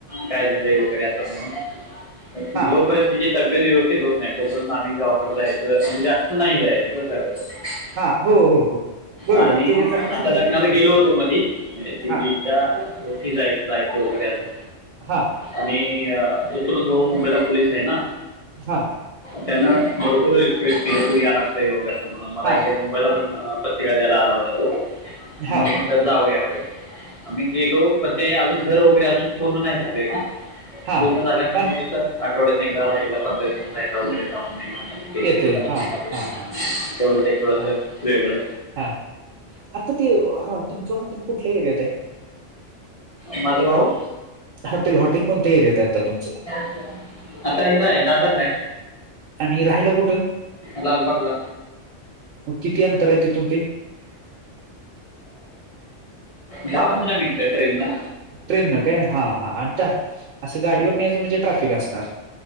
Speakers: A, on the left (about 30°); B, on the right (about 75°).
A: काय झालंय वगैरे आता म्हणून
B: हा
A: जोपर्यंत तिजी तब्येत व्यवस्थित होत नाही तोपर्यंत आम्ही गावाकड जायाच म्हणजे जास्त नाही जायाच असं ठरवलं.
B: हा हो हो हो बरोबर
A: आणि
B: ते जरा
A: आता
B: कसं
A: लग्नाला
B: चुकीचं दिसते
A: गेलो होतो मधी म्हजे तिजी
B: हा
A: <unintelligible> जायचं जायचं वगैरे असं
B: हा
A: आणि तो चुलत भाऊ मुंबईला पोलीसय ना
B: हा
A: त्यांन भरपूर रिक्वेस्ट केली तू या लागताय वगैरे असं म्हणून मला
B: हा
A: इकडे मुंबईला पण शिव्या द्याला आला होता तो मग
B: हा
A: म्हटलं जाऊया आपण आम्ही गेलो. ते अजून घर वगैरे अजून पूर्ण नाही झालंय ना
B: हा
A: पूर्ण झाल्यानंतर
B: पण
A: मग कसं आठवड्यात एकदा राहिलं पंधरा <unintelligible> वगैरे जाऊन <unintelligible>
B: येते हा हा हा
A: तेवढंच एक थोडस
B: हा
A: वेगळं
B: हा आता ते हा तुमचं हॉटेल कुठल्या एरियातय.
A: माझा भाऊ
B: हॉटेल हॉटेल कोणत्या एरियातय आता तुमचं
A: आता इकडय दादरलाय.
B: आणि राहायला कुठं
A: लालबागला
B: मग किती अंतराय तिथून ते
A: दहा पंधरा मिनट ट्रेनन
B: ट्रेन न काय हा हा अन ट्र्या असं गाडीवरन यायचं म्हणजे ट्रॅफिक असणार